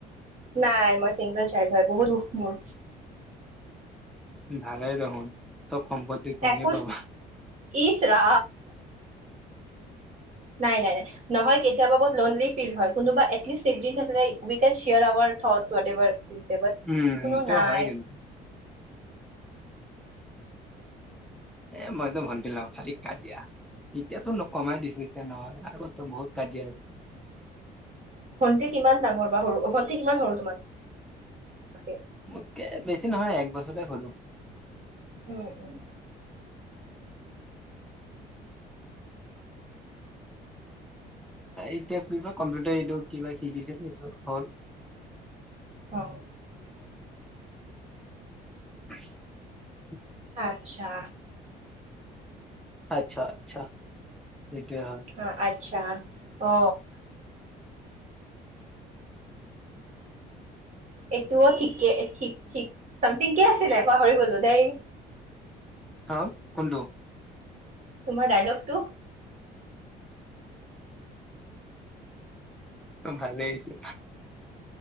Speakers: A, on the right; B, in the centre.
A: নাই মই চিংগল চাইল্ড হয় বহুত সুখ মোৰ
B: ভালেই দেখোন চব সম্পত্তি তুমিয়ে
A: একোশ
B: পাবা।
A: ইচৰা নাই নাই নাই নহয় কেতিায়াবা লনলি ফিল হয় কোনোবা এটলিষ্টল থাক উইাৰাৰ থ এভাৰ ইউ চে বাট
B: উম
A: কোনো
B: এইটোও
A: নাই
B: হয় কিন্তু এ মইতো ভণ্টি ল খালি কাজিয়া এতিয়াতো কমাই দিছো এতিয়া নহয় আগতো বহুত কাজিয়া আছে
A: ভণ্টি কিমান ডাঙৰ বা সৰু ভণ্টি কিমান সৰু তোমাৰ অাকে <unintelligible>
B: মোতকে বেছি নহয় এক বছৰে সৰু
A: উম উম
B: এতিয়া কিবা কম্পিউটাৰ এইটো কিবা শিকিছে সেইটো হল
A: অ
B: আছ <unintelligible>
A: আত্ছা
B: আচ্ছা আচ্ছা সেইটোৱে হয়
A: হা আচ্ছা অ এইটোও ঠিকে ঠিক ঠিক চামথিং কে আছিলে পাহৰি গলো দেই
B: আহ কোনটো
A: তোমাৰ ডাইলগটো
B: ভালেই হৈছে